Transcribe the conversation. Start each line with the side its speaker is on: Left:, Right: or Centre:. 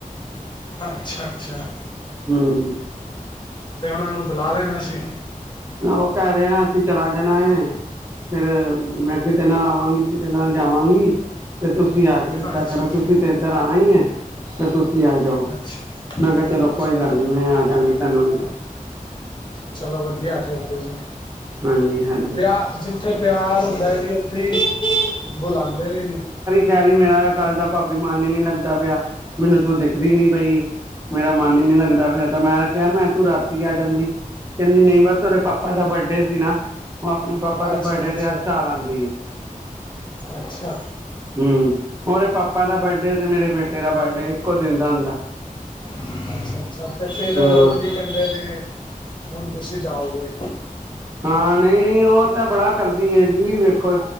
Left: ਅੱਛਾ-ਅੱਛਾ
Right: ਹੂੰ
Left: ਤੇ ਉਨਾਂ ਨੂੰ ਬੁਲਾ ਲੈਣਾ ਸੀ।
Right: ਓ ਕੈ ਰਿਆ ਅਸੀਂ ਚਲਾ ਜਾਣਾ ਏ। ਫਿਰ ਮੈਂ ਕਿਦੇ ਨਾਲ ਆਵਾਂਗੀ ਕਿਦੇ ਨਾਲ ਜਾਵਾਂਗੀ। ਤੇ ਤੁਸੀਂ ਆ ਜਾਓ ਏਦਾਂ
Left: ਅੱਛਾ
Right: ਕਰੋ ਤੁਸੀਂ ਤੇ ਇਧਰ ਆਣਾ ਈ ਏ ਤੇ ਤੁਸੀਂ ਆ ਜਾਓ।
Left: ਅੱਛਾ
Right: ਮੈਂ ਕਿਆ ਚਲੋ
Left: ਅੱਛਾ
Right: ਕੋਈ ਗੱਲ ਨੀ ਮੈਂ ਆ ਜਾਗੀ ਤੁਹਾਨੂੰ ਮਿਲਨ
Left: ਚਲੋ ਵਧੀਆ ਫਿਰ ਤੇ ਜੀ।
Right: ਹਾਂਜੀ ਹਾਂਜੀ
Left: ਪਿਆ ਜਿੱਥੇ ਪਿਆਰ ਹੁੰਦਾ ਐ ਜੀ ਉੱਥੇ ਈ ਬੁਲਾਉਂਦੇ ਨੇ ਜੀ।
Right: ਕੈ ਰੀ ਮੇਰਾ ਕੱਲ ਦਾ ਭਾਬੀ ਮਨ ਈ ਨੀ ਲੱਗਦਾ ਪਿਆ ਮੈਨੂੰ ਤੂੰ ਦਿੱਖਦੀ ਨੀ ਪਈ। ਮੇਰਾ ਮਨ ਈ ਨੀ ਲੱਗਦਾ ਪਿਆ ਤਾਂ ਮੈਂ ਕਿਆ ਮੈਂ ਤੂੰ ਰਾਤੀ ਆ ਜਾਂਦੀ ਨਈ ਬਸ ਉਦੇ ਪਾਪਾ ਪਾ ਦਾ ਬਰਡੇ ਸੀ ਨਾ। ਓ ਆਪਣੇ ਪਾਪਾ ਦੇ
Left: ਅੱਛਾ
Right: ਬਰਡੇ
Left: ਅੱਛਾ
Right: ਤੇ ਹਰ ਸਾਲ ਆਂਦੀ ਏ।
Left: ਅੱਛਾ
Right: ਹੂੰ ਉਦੇ ਪਾਪਾ ਦਾ ਬਰਡੇ ਤੇ ਮੇਰੇ ਬੇਟੇ ਦਾ ਬਰਡੇ ਇੱਕੋ ਦਿਨ ਦਾ ਹੁੰਦਾ।
Left: ਅੱਛਾ-ਅੱਛਾ ਤੇ ਫਿਰ
Right: ਹਾਂ
Left: ਓ ਕੀ ਕੈਂਦੇ ਨੇ ਹੁਣ ਤੁਸੀਂ ਜਾਓਗੇ।
Right: ਹਾਂ ਨਈ-ਨਈ ਓ ਤਾਂ ਬੜਾ ਕਰਦੀ ਏ ਜੀ ਵੇਖੋ